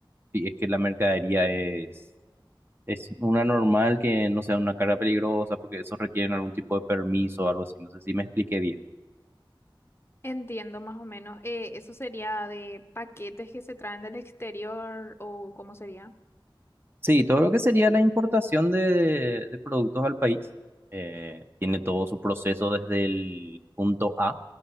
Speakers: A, on the right (about 25°); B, on the left (about 30°).
A: y es que la mercadería es... Es una normal que no sea una carga peligrosa porque eso requiere algún tipo de permiso o algo así. No sé si me expliqué bien.
B: Entiendo más o menos. Eh, ¿eso sería de paquetes que se traen del exterior o cómo sería?
A: Sí, todo lo que sería la importación de, de productos al país eh, tiene todo su proceso desde el punto A